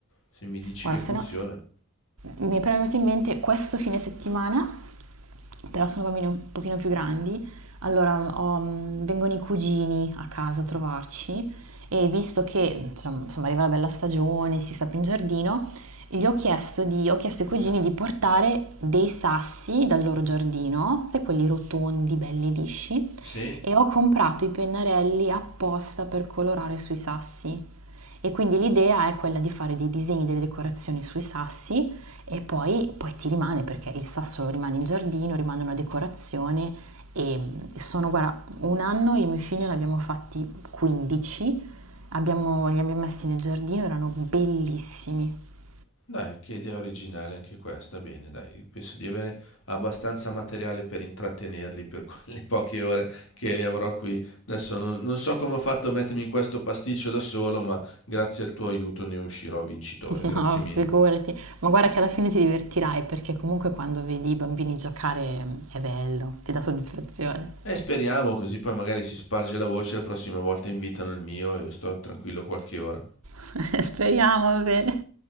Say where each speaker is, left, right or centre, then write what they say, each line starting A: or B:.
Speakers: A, on the left; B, on the right.
A: se mi dici
B: Guarda,
A: che funziona.
B: se no, mi è proprio venuto in mente questo fine settimana però sono bambini un pochino più grandi, allora ho- mm, vengono i cugini a casa a trovarci e visto che insomma insomma, arriva la bella stagione, si sta più in giardino, gli ho chiesto, di- ho chiesto ai cugini di portare dei sassi dal loro giardino, sai quelli rotondi, belli lisci,
A: Sì,
B: e ho comprato i pennarelli apposta per colorare sui sassi. E quindi l'idea è quella di fare dei disegni, delle decorazioni sui sassi e poi, poi ti rimane perché il sasso rimane in giardino, rimane una decorazione e sono, guarda, un anno io e mio figlio ne abbiamo fatti 15, abbiamo, li abbiamo messi nel giardino, erano bellissimi. <laughs>
A: dai, che idea originale anche questa. Bene, dai, penso di avere abbastanza materiale per intrattenerli per <laughs> quelle poche ore che li avrò qui. Adesso non, non so come ho fatto a mettermi in questo pasticcio da solo, ma grazie al tuo aiuto ne uscirò vincitore.
B: No,
A: Grazie mille.
B: figurati, ma guarda che alla fine ti divertirai perché comunque quando vedi i bambini giocare mm, è bello, ti dà soddisfazione.
A: E speriamo, così poi magari si sparge la voce, la prossima volta invitano il mio e io sto tranquillo qualche ora.
B: <laughs> Speriamo, va bene.